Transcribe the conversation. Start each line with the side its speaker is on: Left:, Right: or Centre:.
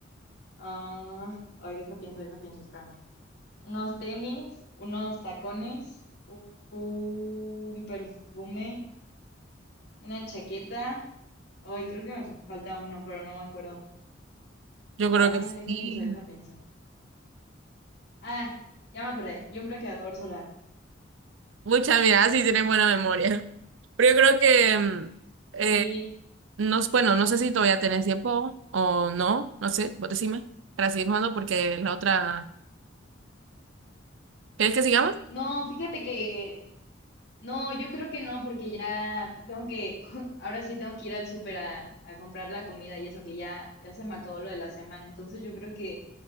Left: ah, ay, deja pienso, deja pienso, espérame, unos tenis, unos tacones, u- un perfume, una chaqueta, ay, creo que me falta uno, pero no me acuerdo.
Right: yo
Left: Ah,
Right: creo que sí.
Left: deja pienso, deja pienso. Ah, ya me acordé. Y un bloqueador solar.
Right: Muchas, mira, sí tienen buena memoria. Pero yo creo que, em, eh,
Left: Sí.
Right: no, es- bueno, no sé si todavía tenés tiempo o no, no sé, vos decime, para seguir jugando porque la otra, ¿querés que sigamos?
Left: No, fíjate que. No, yo creo que no, porque ya tengo que. <laughs> Ahora sí tengo que ir al súper a, a comprar la comida y eso, que ya, ya se me acabó lo de la semana. Entonces yo creo que